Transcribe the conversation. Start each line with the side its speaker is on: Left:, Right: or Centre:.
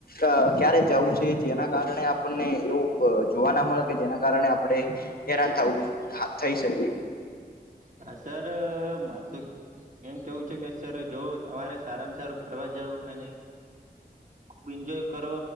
Left: અ ક્યારે જવું છે જેના કારણે આપણને એવું જોવા ના મળે કે જેના કારણે આપડે હેરાન થવું થા થઈ શકે.
Right: હા સર માથુજ એમ કેવું છે કે સર જો તમારે સારામાં સારું ફરવા જવું હોય ને ખુબ ઈન્જોય કરો